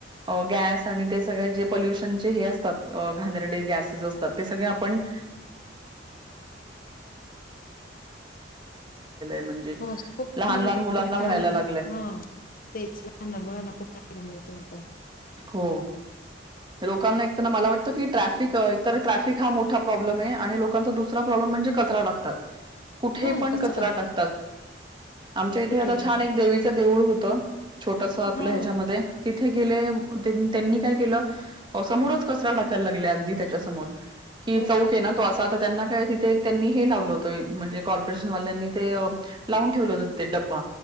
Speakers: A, on the right (about 25°); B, on the left (about 50°).
A: अ गॅस आणि ते सगळे जे पल्युशनचे हे असतात घादरडे गॅसेस असतात ते सगळे आपण.. क.. म्हणे
B: हो खूप
A: लहान
B: म्हणजे
A: लहान
B: भरपूर
A: मुलांना
B: घाम
A: व्हायला
B: लागतो
A: ला..
B: हा तेच खूप करायला मिळत आता..
A: हो लोकांना मला वाटत की ट्रफिक्रफ.. हा मोा प्रब्म लोकांचा दु प्रॉब्म म्हणजे कचरा टकतात.. कुठे
B: हा
A: पण
B: कचरा
A: कचराट लागतात आमच्या इथे
B: कुठे
A: आता छान एक देवीचं देऊळ होतं. छोटस आपलं
B: हा
A: ह्याच्यामध्ये तिथे गेले त्यांनी काय केलं समोरच.. कचरा टाकायला लागले अगदी त्याच्या समोर की
B: हो
A: चौक
B: मग
A: ये ना तो असा त त्यांना तर तिथे एक त्यांनी हे लावलं होतं म्हणजे कॉर्पोरेशन वाल्यांनी ते लावून ठेवलं होतं तिथे डब्बा.